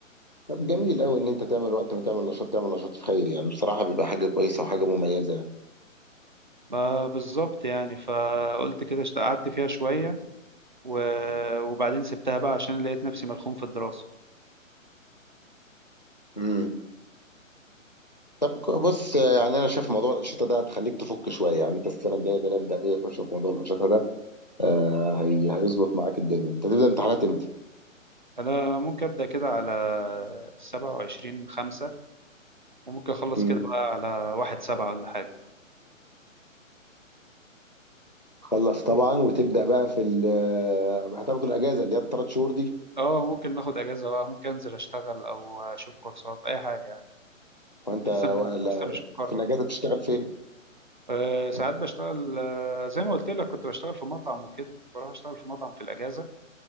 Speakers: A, on the left (about 35°); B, on the right (about 40°).
A: طب جميل قوي ان انت تعمل وقت وتعمل نشاط تعمل نشاط في خير يعني بصراحه بيبقى حاجه كويسه وحاجه مميزه يعني
B: ما بالظبط يعني فقلت كده اشت- قعدت فيها شوية و- وبعدين سبتها بقى عشان لقيت نفسي ملخوم في الدراسة
A: امم طب ك- بص آه، يعني انا شايف موضوع الانشطه ده هتخليك تفك شويه يعني انت السنه الجايه كده ابدا ايه خش في موضوع الانشطه ده آه هي هيظبط معاك الدنيا انت تبدا امتحانات امتى؟
B: أنا ممكن أبدأ كده على سبعة وعشرين خمسة وممكن أخلص
A: امم
B: كده بقى على واحد سبعة ولا حاجة
A: خلص طبعا وتبدا بقى في ال- آه، هتاخدوا الاجازه اللي هي الثلاث شهور دي
B: اه ممكن ناخد اجازه بقى ممكن انزل اشتغل او اشوف كورسات اي حاجه يعني
A: وانت
B: لسه
A: ولا-
B: لسه مش مقرر
A: في الاجازه بتشتغل فين؟
B: أه ساعات بشتغل أه زي ما قلت لك كنت بشتغل في مطعم وكده بروح اشتغل في مطعم في الاجازه